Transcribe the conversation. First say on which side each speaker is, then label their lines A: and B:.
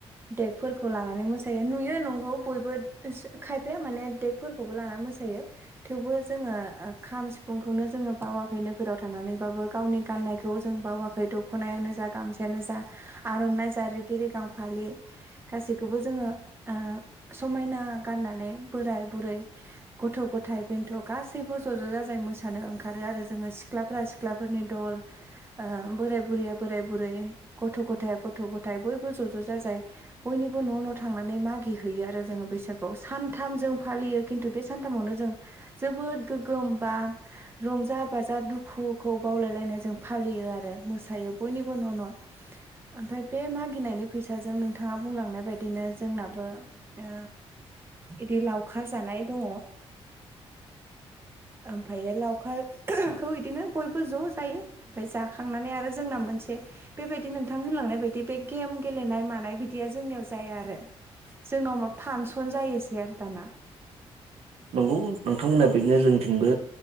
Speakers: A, on the right (about 20°); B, on the right (about 70°).
A: देग फोरखौ लानानै मोसायो नुयो नंगौ बयबो खायफाया माने देगफोरखौबो लानानै मोसायो। थेवबो जोङो खाम सिफुंखौनो जोङो बावाखै नोगोराव थानानैबाबो गावनि गाननायखौ जों बावाखै दख'नायानो जा गामसायानो जा आर'नाइ जा रिगि रि गां फालि गासैखौबो जोङो ओ समायना गाननानै बोराय बुरै गथ' गथ' थाइ बेन्थ' गासैबो ज' ज' जाजाय मोसानो ओंखारो आरो जोङो सिख्लाफ्रा सिख्लाफोरनि दल ओ बोराय बुरैया बोराय बुरै गथ' गथाया गथ' गथायाइ बयबो ज' ज' जाजाय बयनिबो न' न' थांनानै मागि हैैयो आरो जोङो बैसागुआव। सान्थाम जों फालियो खिन्थु बे सानथामावनो जोबोद गोग्गोम बा रंजा बाजा दुखुखौ बावलायलायनाय जों फा लियो आरो मोसादों, बयनिबो न' न' ओमफ्राय बे मागिनायनि फैसाजों नोंथां थाङा बुंलांनाय बायदिनो जोंनाबो ओ इदि लावखार जानाय दङ। ओमफ्रायो लावखारखौ इदिनो बयबो ज' जायो ओमफ्राय जाखांनानै आरो जोंना मोन बे बेबायदि नोंथां होनलांनाय बायदि बे गेम गेलेनाय मानाय बिदि दिया जोंनियाव जाया आरो। जोंनाव मा फानसन जायोसै आरो दाना <inaudible>
B: नंगौ नोंथांमोना बेनो जोंथिंबो